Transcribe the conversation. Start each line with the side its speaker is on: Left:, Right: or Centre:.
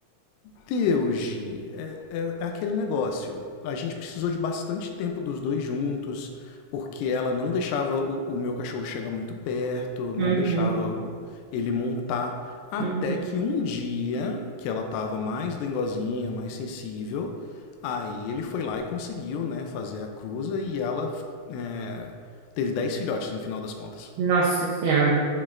Left: Teuji, é, é, é aquele negócio. A gente precisou de bastante tempo dos dois juntos, porque ela não deixava o, o meu cachorro chegar muito perto, não
Right: Uhum,
Left: deixava o- ele montar. Até
Right: uhum.
Left: que um dia, que ela estava mais dengozinha, mais sensível, aí ele foi lá e conseguiu né, fazer a cruza e ela é, teve 10 filhotes no final das contas.
Right: Nossa Senhora.